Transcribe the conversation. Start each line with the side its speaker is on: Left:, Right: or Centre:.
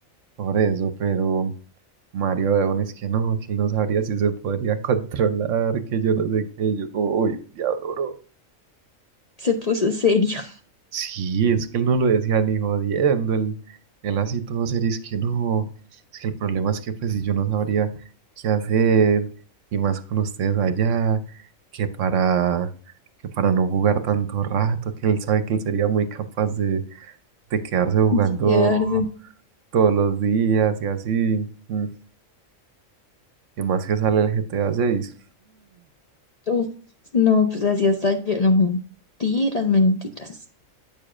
Right: por eso, pero Mario León es que no, que él no sabría si se podría controlar, que yo no sé qué, y yo como, uy, diablo, bro.
Left: se puso serio
Right: Sí, es que él no lo decía ni jodiendo, él, él así todo serio, es que no, es que el problema es que pues si yo no sabría qué hacer, y más con ustedes allá, que para, que para no jugar tanto rato, que él sabe que él sería muy capaz de, de quedarse jugando
Left: <laughs> quedarse.
Right: todos los días y así. mm, Y más que sale el GTA 6.
Left: Uf, no, pues así hasta yo, no, mentiras, mentiras.